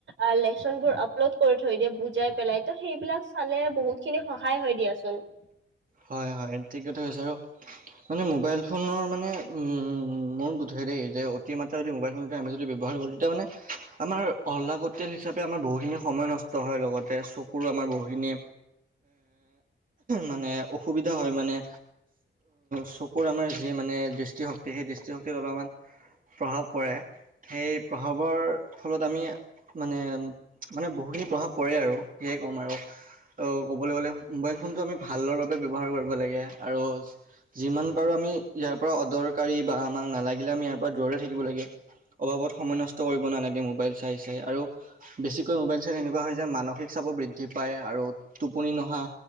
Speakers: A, on the right; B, on the right.
A: আ লেচন বোৰ আপলোড কৰি থৈ দিয়ে বুজাই পেলাই ত' সেইবিলাক চালে বহুত খিনি সহায় হয় দিয়াচোন। <inaudible>
B: হয় হয় ঠিক কথা কৈছ আৰু মানে মোবাইল ফোনৰ মানে উম মোৰো বোধে দেই যে অতি মাত্ৰা যদি মোবাইল ফোন আমি যদি ব্যৱহাৰ কৰো তেতিয়া মানে আমাৰ অহ্লাক কটয়েল হিচাপে আমাৰ বহুখিন সময় নষ্ট হয় লগতে চকুৰ আমাৰ বহুখিনি মানে। অসুবিধা হয় মানে চকুৰ আমাৰ যি মানে দৃষ্টিশক্তি সেই দৃষ্টিশক্তিত অলপমান প্ৰভাৱ পৰে সেই প্ৰভাৱৰ ফলত আমি মানে মানে বহুত প্ৰভাৱ পৰে আৰু সেয়ে ক'ম আৰু, মোবাইল ফোনটো আমি ভাল ব্যৱহাৰ কৰিব লাগে আৰু যিমান পাৰো আমি ইয়াৰ পৰা অদৰকাৰী বা আমাক নালাগিলে আম ইয়াৰ পৰা দূৰতে থাকিব লাগে। অভাৱত সময় নষ্ট কৰিব নালাগে মোবাইল চাই চাই আৰু বেছিকৈ মোবাইল চাই তেনেকুৱা যে মানসিক চাপো বৃদ্ধি পায় আৰু টোপনি নহা